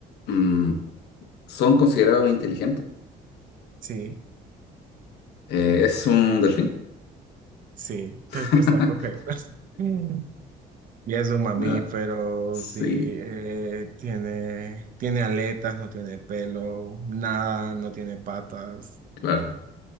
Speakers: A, on the left; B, on the right.
A: mm, ¿son considerados inteligentes?
B: Sí,
A: Eh, ¿es un delfín?
B: sí,
A: <laughs>
B: respuesta correcta. Mm. Y es un mamífero,
A: Ah, sí,
B: sí, eh, tiene, tiene aletas, no tiene pelo, nada, no tiene patas.
A: claro.